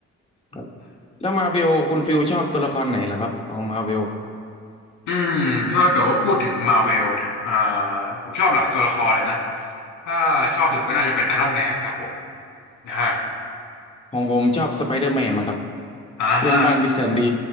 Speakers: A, on the left (about 20°); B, on the left (about 80°).
A: ครับแล้วมาเวลคุณฟิลชอบตัวละครไหนเหรอครับของมาเวล
B: อืมถ้าเกิดว่าพูดถึงมาเวลเนี่ยอ่าผมชอบหลายตัวละครเลยนะ ถ้าชอบสุดก็น่าจะเป็นไอรอนแมนครับผมนะฮะ
A: ของผมชอบสไปเดอร์แมนครับ
B: อ่าฮะ
A: เพื่อนบ้านที่แสนดี